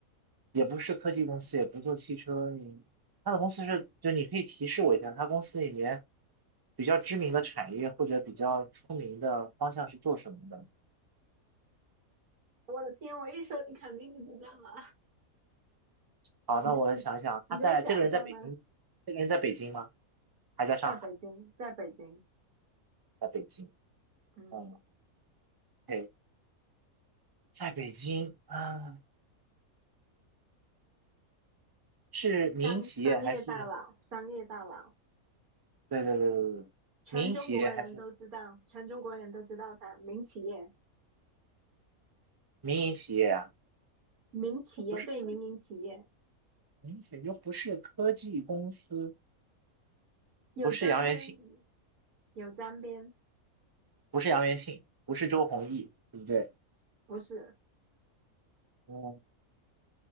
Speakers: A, on the right; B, on the right.
A: 也不是科技公司，也不做汽车，你他的公司是，就你可以提示我一下，他公司里面比较知名的产业或者比较出名的方向是做什么的？
B: 我的天，我一说你肯定就知道了。<laughs>
A: 好，
B: 你你你再想一下吧，
A: 那我想一想，他在这个人在北京，这个人在北京吗？还在上海？
B: 在北京，在北京，
A: 在北京，
B: 嗯，
A: 嗯 o 在北京，啊，是民营企业还是？
B: 商商业大佬，商业大佬，
A: 对对对对对，
B: 全中国人都知道，
A: 民营企业还是
B: 全中国人都知道他，民企业，
A: 民营企业啊？
B: 民企业对民营企业
A: 那不是科明显就不是科技公司，
B: 有沾边，
A: 不是杨元庆，
B: 有沾边，
A: 不是杨元庆，不是周鸿祎，对不对？
B: 不是，
A: 嗯，